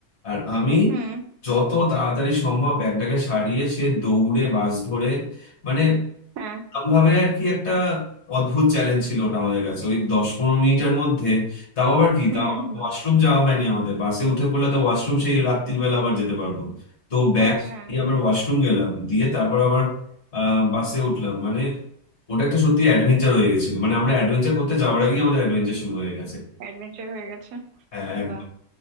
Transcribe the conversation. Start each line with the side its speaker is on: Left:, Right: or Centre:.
Left: আর আমি
Right: হুম
Left: যত তাড়াতাড়ি সম্ভব ব্যাগটাকে সারিয়ে সে দৌড়ে বাস ধরে মানে
Right: হ্যাঁ
Left: ভাবে আর কি একটা অদ্ভুত চ্যালেঞ্জ ছিল ওটা আমাদের কাছে ওই দশ পনেরো মিনিটের মধ্যে তাও আবার কি
Right: হুম
Left: তাও
Right: হুম
Left: ওয়াশরুম যাওয়া হয়নি আমাদের বাসে উঠে পড়লে তো ওয়াশরুম সেই রাত্রির বেলা আবার যেতে পারবো তো ব্যাগ
Right: হ্যাঁ হ্যাঁ
Left: দিয়ে আবার ওয়াশরুম গেলাম দিয়ে তারপর আবার আহ বাসে উঠলাম মানে ওটা একটা সত্যি অ্যাডভেঞ্চার হয়ে গেছিল মানে আমরা অ্যাডভেঞ্চার করতে যাওয়ার আগেই আমাদের অ্যাডভেঞ্চার শুরু হয়ে গেছে
Right: অ্যাডভেঞ্চার হয়ে গেছে
Left: হ্যাঁ একদম।
Right: বাহ